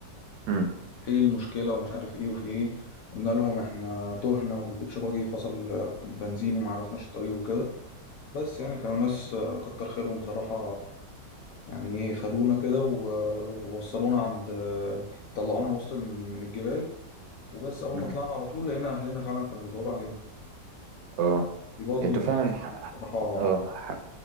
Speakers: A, on the right; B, on the left.
A: مم.
B: ايه المشكلة ومش عارف ايه وفي ايه قلنا لهم احنا تهنا والبيتش باجي فصل بنزين وما عرفناش الطريق وكده بس يعني كانوا ناس كتر خيرهم بصراحة يعني ايه خدونا كده و- ووصلونا عند طلعونا وسط من من الجبال وبس أول
A: مم.
B: ما طلعنا على طول لقينا أهلنا فعلا كانوا بيدوروا علينا
A: اه
B: دي برضه
A: انتوا
B: من
A: فعلا
B: القصص
A: ح-
B: اللي بصراحة
A: اه ح-